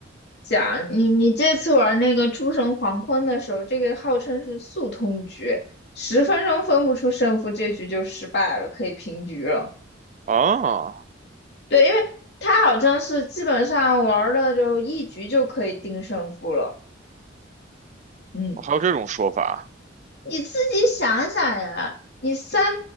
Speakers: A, on the left (about 55°); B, on the right (about 35°).
A: 讲，你你这次玩那个诸神黄昏的时候，这个号称是速通局，十分钟分不出胜负，这局就失败了，可以平局了。
B: 啊，
A: 对，因为他好像是基本上玩了就一局就可以定胜负了。嗯，
B: 还有这种说法？
A: 你自己想想呀，你三